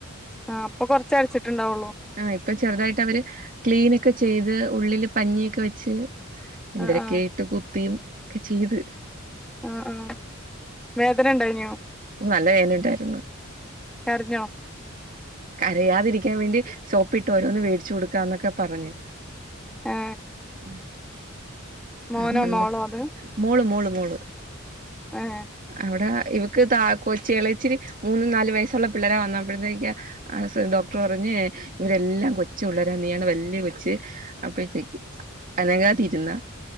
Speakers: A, in the centre; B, on the right (about 40°).
A: ആഹ് ഇപ്പൊകുറച്ച് അടച്ചിട്ടുണ്ടാവുള്ളൂ
B: ആഹ് ഇപ്പൊ ചെറുതായിട്ട് അവര് ക്ലീനൊക്കെ ചെയ്ത് ഉള്ളില് പഞ്ഞിയൊക്കെ വെച്ച് എന്തരൊക്കെയ
A: ആ ആ
B: ആയിട്ട് കുത്തിയും ഒക്കെ ചെയ്ത്
A: ആ ആ വേദന ഉണ്ടായിനോ
B: നല്ല വേദന ഉണ്ടായിരുന്നു
A: കരഞ്ഞോ
B: കരയാതിരിക്കാൻ വേണ്ടി സോപ്പിട്ട് ഓരോന്ന് വേടിച്ചു കൊടുക്കാന്നൊക്കെ പറഞ്ഞ്
A: ഏ
B: ആഹ്
A: മോനോ
B: അതുകൊണ്ട്
A: മോളോ അത്
B: മോള് മോള് മോള്
A: ആഹ്
B: അവിടെ ഇവക്ക് താ ക്കൊച്ചി ഇളയച്ചിരി മൂന്ന് നാല് വയസ്സുള്ള പിള്ളരെ വന്നപ്പോയത്തേക് ആഹ് ഡോക്ടർ പറഞ്ഞ് ഇവരെല്ലാം കൊച്ച് പിള്ളരാ നീയാണ് വല്ല്യ കൊച്ച് അപ്പഴത്തേക്ക് അനങ്ങാതിരുന്ന